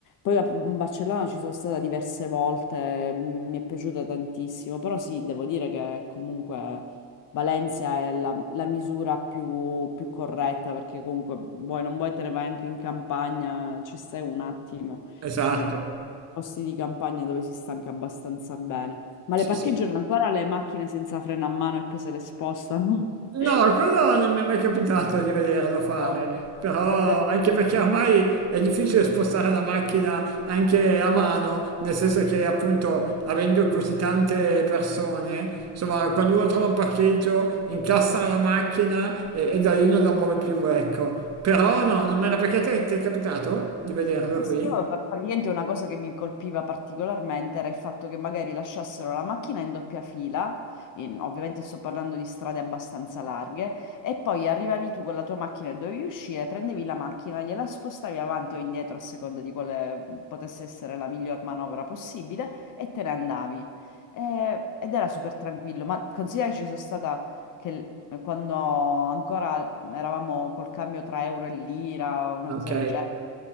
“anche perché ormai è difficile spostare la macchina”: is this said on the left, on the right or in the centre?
Right